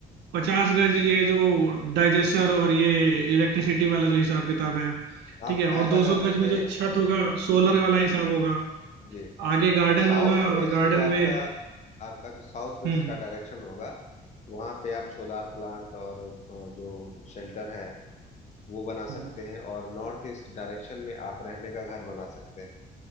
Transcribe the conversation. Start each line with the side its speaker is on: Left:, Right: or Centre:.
Right: 50 गज ये जो डाइजेस्टर और ये इलेक्ट्रिसिटी
Left: हम्म,
Right: वाला जो हिसाब किताब है
Left: आप
Right: ठीक है और
Left: ऐसा
Right: 200
Left: कर
Right: गज
Left: सकते
Right: में जो
Left: हैं
Right: छत होगा सोलर वाला हिसाब होगा
Left: जी
Right: आगे गार्डन
Left: साउथ
Right: होगा और
Left: वेस्ट
Right: गार्डन
Left: जो आपका
Right: में
Left: आपका जो साउथ वेस्ट
Right: हम्म
Left: का डायरेक्शन होगा वहाँ पे आप सोलार प्लांट और अ, जो शेल्टर है वो बना सकते
Right: हम्म।
Left: हैं और नॉर्थ ईस्ट डायरेक्शन में आप रहने का घर बना सकते हैं